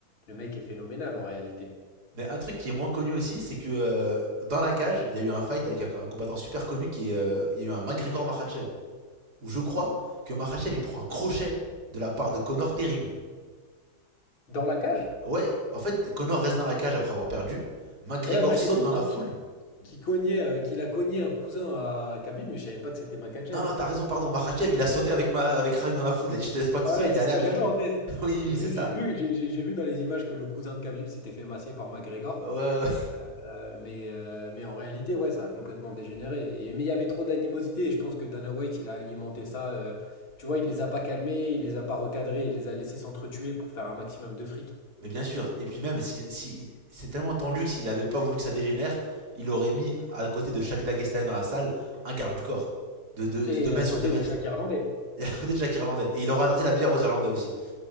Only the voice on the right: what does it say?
Mais un truc qui est moins connu aussi, c'est que euh, dans la cage, il y a eu un fight avec un, un combattant super connu qui est. euh, il y a eu un McGregor Makhachev. Où je crois que Makhachev il prend un crochet de la part de Conor terrible.
Ouais, en fait, Conor reste dans la cage après avoir perdu. McGregor
saute
dans
la foule.
Non, non, t'as raison, pardon. Makhachev il a sauté avec, ma, avec Khabib dans la foule. Il a dit je te laisse pas tout
seul, il
est allé
avec
lui.
<laughs>
oui,
oui,
c'est ça.
Ouais, ouais,
Mais bien sûr. Et puis même, si, si- c'est tellement tendu que s'il avait pas voulu que ça dégénère, il aurait mis à côté de chaque Dagestanais dans la salle un garde du corps de 2
mètres
sur 2 mètres.
<laughs> Et à côté de chaque Irlandais. Et il aurait interdit la bière aux Irlandais aussi.